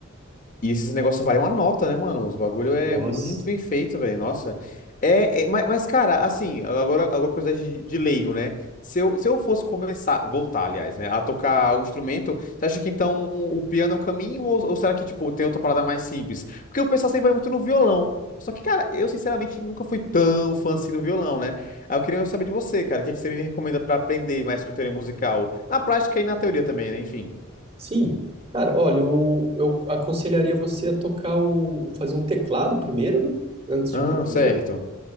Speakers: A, on the left (about 40°); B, on the right (about 30°).
A: E esses negócios valem uma nota, né, mano? Os bagulho é
B: Nossa.
A: muito bem feito, velho. Nossa. É, é- mas, mas, cara, assim, agora, agora coisa de, de leigo, né? Se eu, se eu fosse começar, voltar, aliás, né, a tocar o instrumento, você acha que então o piano é o caminho ou, ou será que, tipo, tem outra parada mais simples? Porque o pessoal sempre vai muito no violão. Só que, cara, eu sinceramente nunca fui tão fã assim do violão, né? Aí eu queria saber de você, cara, o que, que você me recomenda pra aprender mais sobre teoria musical? Na prática e na teoria também, né? Enfim.
B: Sim. Cara, olha, eu, eu aconselharia você a tocar o, fazer um teclado primeiro, né? Antes de
A: Ah,
B: ir pro piano.
A: certo.